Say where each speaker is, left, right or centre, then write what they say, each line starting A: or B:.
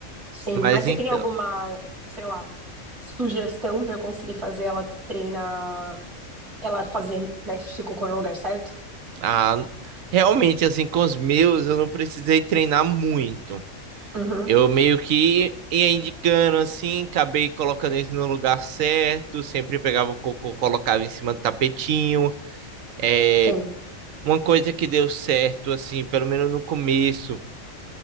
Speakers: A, on the right; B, on the right.
A: sim.
B: Mas
A: Mas você
B: então,
A: tem alguma, sei lá, sugestão pra eu conseguir fazer ela treinar, ela fazer, né, xixi e cocô no lugar certo?
B: ah, realmente, assim, com os meus, eu não precisei treinar muito.
A: Uhum,
B: Eu meio que ia indicando assim, acabei colocando eles no lugar certo, sempre pegava o cocô, colocava em cima do tapetinho. É,
A: sim.
B: uma coisa que deu certo, assim, pelo menos no começo,